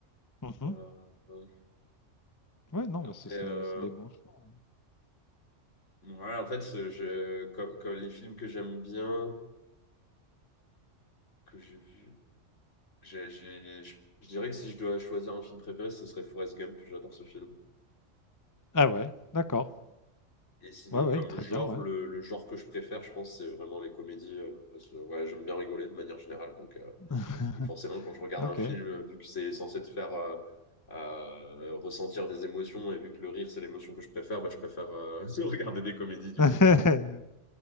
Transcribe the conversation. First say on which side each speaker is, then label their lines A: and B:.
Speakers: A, on the left (about 20°); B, on the left (about 70°).
A: Mmh
B: Euh, ouais.
A: Ouais, non,
B: après,
A: bah, ça c'est
B: euh,
A: c'est des bons choix, hein.
B: ouais, en fait, je, comme, comme les films que j'aime bien, que j'ai vu J'ai- j'ai- je, je dirais que si je dois choisir un film préféré, ce serait Forrest Gump. J'adore ce film.
A: Ah ouais, d'accord.
B: Et sinon,
A: Ouais, ouais,
B: comme
A: il est très
B: genre,
A: bien, ouais.
B: le, le genre que je préfère, je pense, c'est vraiment les comédies. euh, parce que ouais, j'aime bien rigoler de manière générale. Donc, euh,
A: <laughs>
B: donc forcément, quand je regarde
A: OK.
B: un film, euh, vu que c'est censé te faire euh, euh, ressentir des émotions, et vu que le rire, c'est l'émotion que je préfère, bah, je préfère euh, <laughs> regarder des comédies, du
A: <laughs>
B: coup.